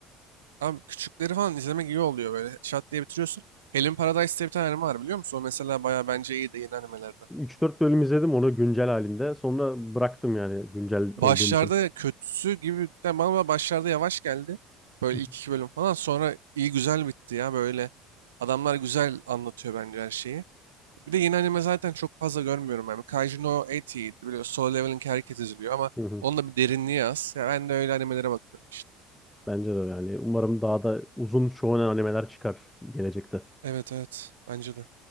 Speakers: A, on the right; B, in the centre.
A: Abi küçükleri falan izlemek iyi oluyor böyle. Şat diye bitiriyorsun. Helen Paradise diye bir tane anime var biliyor musun? O mesela bayağı bence iyi de yeni animelerde.
B: 3-4 bölüm izledim onu güncel halinde. Sonra bıraktım yani güncel
A: Başlarda
B: olduğum için.
A: kötüsü gibi de bana başlarda yavaş geldi. Böyle
B: Hı hı.
A: ilk iki bölüm falan sonra iyi güzel bitti ya böyle. Adamlar güzel anlatıyor bence her şeyi. Bir de yeni anime zaten çok fazla görmüyorum yani. Kaiju no 80 iyiydi. biliyorsun. Solo Level'in herkes izliyor ama
B: Hı hı.
A: onun da bir derinliği az. Ya ben de öyle animelere bakıyorum işte.
B: Bence de yani umarım daha da uzun shonen animeler çıkar gelecekte.
A: Evet evet bence de.